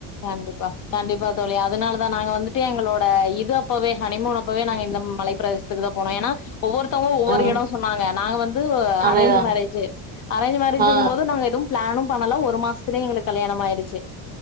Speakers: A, on the left; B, on the right.
A: கண்டிப்பா கண்டிப்பா தோழியா அதனால தான் நாங்க வந்துட்டு எங்களோட இது அப்பவே ஹனிமூன் அப்பவே நாங்க இந்த மலைப்ப பிரதேசத்துக்கு தான் போனோம் ஏன்னா ஒவ்வொருத்தவங்க ஒவ்வொரு
B: ஆ
A: இடம் சொன்னாங்க நாங்க வந்து
B: அதேதா
A: அரேஞ்ச் மேரேஜ் அரேஞ்ச் மேரேஜ்
B: ஆ
A: எங்க போதும் நாங்க ஏதும் பிளானும் பண்ணலாம் ஒரு மாசத்துலயே எங்களுக்கு கல்யாணம் ஆயிடுச்சு